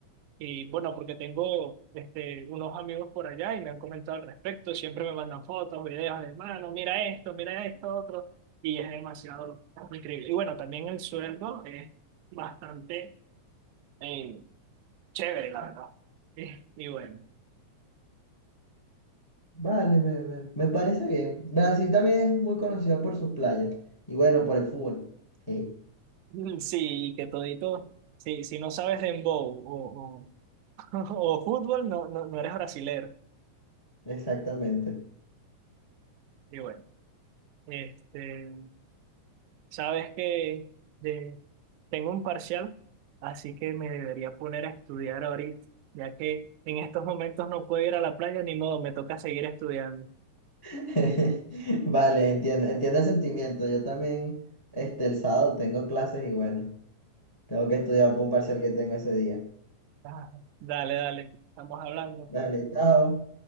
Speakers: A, on the right (about 85°); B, on the left (about 15°).
A: Y bueno, porque tengo este, unos amigos por allá y me han comentado al respecto, siempre me mandan fotos, videos de, mano, mira esto, mira esto, otro, y es demasiado increíble. Y bueno, también el sueldo es bastante eh, chévere, la verdad. <laughs> Eh, Y bueno,
B: Vale, me, me- me parece bien. Brasil también es muy conocido por sus playas y bueno, por el fútbol. Sí,
A: <laughs> sí, que todito, sí, si no sabes dembow o, o, <laughs> o fútbol, no, no, no eres brasilero.
B: exactamente.
A: Y bueno, este, sabes que de- tengo un parcial, así que me debería poner a estudiar ahorita, ya que en estos momentos no puedo ir a la playa, ni modo, me toca seguir estudiando.
B: <laughs> Vale, entiendo, entiendo el sentimiento. Yo también, este, el sábado tengo clases y bueno, tengo que estudiar para un parcial que tengo ese día.
A: Ah, dale, dale, estamos hablando.
B: Dale, chao.